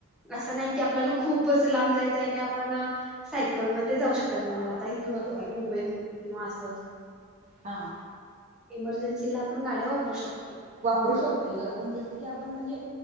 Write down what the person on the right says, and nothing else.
हा
बरोबर
आहे
हां
वापरू शकतोय ग पण जसं की आपण म्हणजे